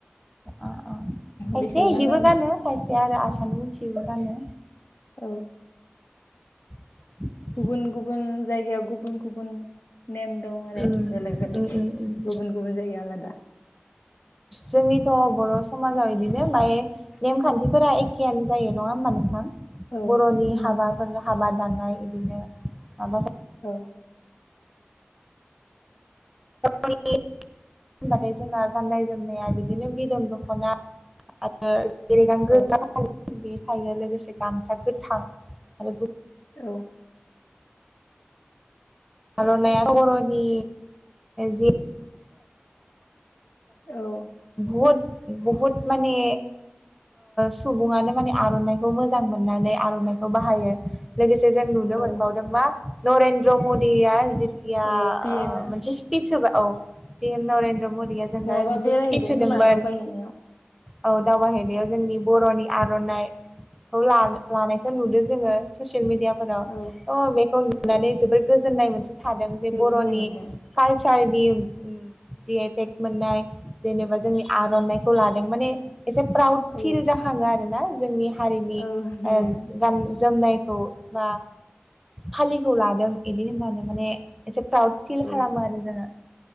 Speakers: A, in the centre; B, on the left (about 70°).
A: अ खायसे
B: बेखौ
A: इलिबो
B: आरो
A: गानो खायसे आरो आसान मथियबो गानो
B: औ
A: <inaudible>
B: गुबुन गुबुन जायगायाव गुबुन गुबुन नेम दं आरो
A: उम उम
B: बेलेक बेलेग
A: उम उम
B: गुबुन गुबुन जायो आलादा
A: जोंनिथ' बर' समाजाव बिदिनो बाय नेमखान्थिफोरा एखेयानो जायो नङा होमबा नोंथां
B: औ
A: बर'नि
B: उम
A: हाबाफोर हाबा दानाय बिदिनो माबाफोर
B: औ
A: होनबाथाय जोंना गाननाय जोमनाया बिदिनो बिदन दख'ना <unintelligible>
B: औ
A: बे थायो लोगोसे गामसा गोथां आरो
B: औ
A: आर'नाइ बर'नि जि
B: औ
A: बहुद बहुद माने सुबुङानो माने आर'नाइखौ मोजां मोननानै आर'नाइखौ बाहायो लोगोसे जों नुनो
B: औ
A: मोनबावदों मा नरेन्द्र मदि मोनसे
B: औ पि एमआ
A: स्पिस होबाय औ पिम नरेन्द्र मदिया जों
B: बहाबा
A: मोनसे
B: बेरायहैदों
A: स्पिच होदोंमोन
B: खोमा दावबायहैनायाव
A: औ दावबायाहैनायाव जोंनि बर'नि आर'नाइ औ लानायखौ नुदो जोङो ससियेल मिडिया फोराव
B: औ
A: थ बेखौ नुनानै
B: औ
A: जोबोर गोजोननाय मोनसे थादों जे
B: गोजोननाय
A: बर'नि
B: मोनदों
A: काल सारनि जिए टेक मोननाय जेनेबा जोंनि आर'नाइखौ लादों माने एसे प्राउड
B: औ
A: फिल जाखाङो आरोना जोंनि हारिनि
B: औ नुनानै
A: गान जोमनायखौ बा फालिखौ लादों बिदि होननानै माने एसे प्राउद फिल
B: औ
A: खालामो आरो जोङो